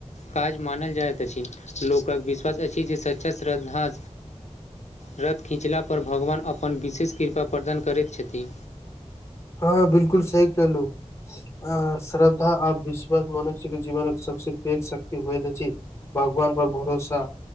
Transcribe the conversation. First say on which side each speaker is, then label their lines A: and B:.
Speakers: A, on the left; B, on the left.
A: काज मानल जाइत अछि लोकक विश्वास अछि जे सच्चा श्रद्धा रथ खीँचला पर भगवान अपन विशेष कृपा प्रदान करैत छथि
B: हँ बिलकुल सही कहलहु अ श्रद्धा आ विश्वास मनुष्य के जीवनक सबस पैघ शक्ति होयत अछि भगवान पर भरोसा